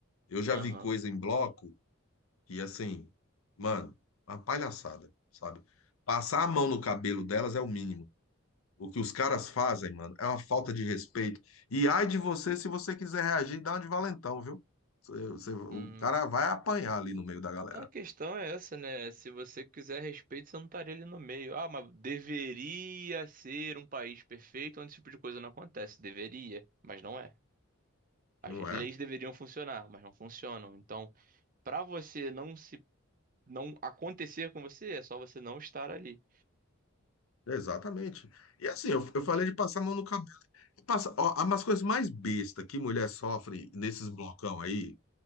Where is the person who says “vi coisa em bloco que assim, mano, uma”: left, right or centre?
Left